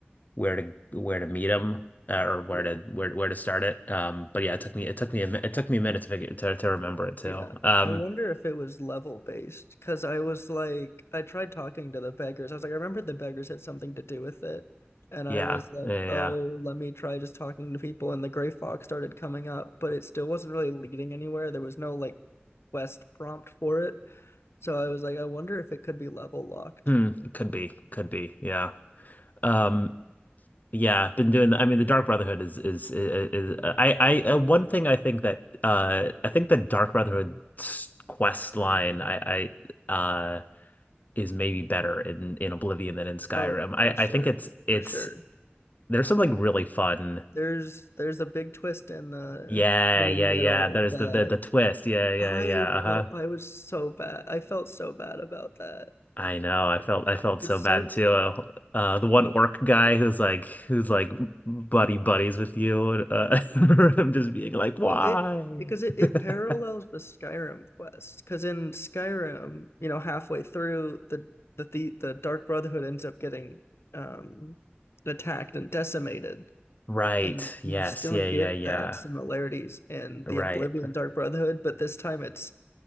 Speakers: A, on the left (about 40°); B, on the left (about 85°).
A: where to where to meet them. Uh, or where
B: yeah,
A: to where where to start it. Um, but yeah, it took me it took me a, mi- it took me a minute to figure to, to remember it too.
B: yeah.
A: Um,
B: I wonder if it was level based because I was like, I tried talking to the beggars. I was like, I remember the beggars had something to do with it. And
A: Yeah,
B: I was like,
A: yeah, yeah.
B: oh,
A: yeah.
B: let me try just talking to people. And the gray fox started coming up, but it still wasn't really leading anywhere. There was no like quest prompt for it. So I was like, I wonder if it could be level locked.
A: Hmm, it could be, could be. Yeah. Um, yeah, been doing I mean, the Dark Brotherhood is is is, is uh, I I uh, one thing I think that uh I think the Dark Brotherhood s- quest line I I uh is maybe better in in Oblivion than in Skyrim.
B: Oh, for
A: I
B: sure.
A: I think it's it's
B: For sure.
A: there's something really fun.
B: There's there's a big twist in the
A: Yeah,
B: in
A: yeah,
B: the middle
A: yeah. There's
B: that
A: the the, the twist. Yeah, yeah,
B: I
A: yeah. Uh-huh.
B: felt I was so bad. I felt so bad about that.
A: I know. I felt I felt
B: It's
A: so bad
B: so
A: too. Uh, the one orc guy who's like who's like buddy buddies with you. and, Uh, <laughs> I'm just being like,
B: well
A: why?
B: it because it, it
A: <laughs>
B: parallels the Skyrim quest. Because in Skyrim, you know, halfway through the the the, the Dark Brotherhood ends up getting um attacked and decimated.
A: Right.
B: And
A: Yes.
B: you still
A: Yeah.
B: get
A: Yeah. Yeah.
B: that similarities in
A: Right.
B: the Oblivion Dark Brotherhood, but this time it's